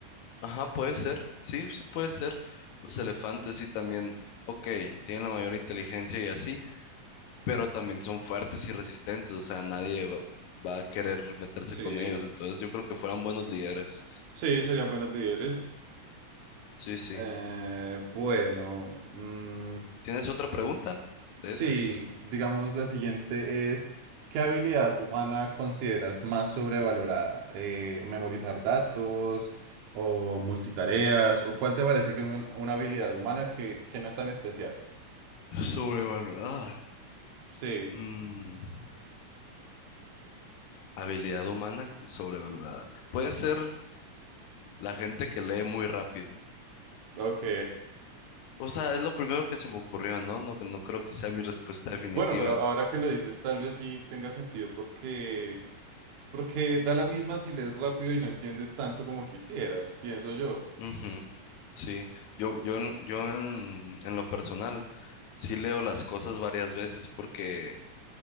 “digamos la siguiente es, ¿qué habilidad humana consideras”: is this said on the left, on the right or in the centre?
Right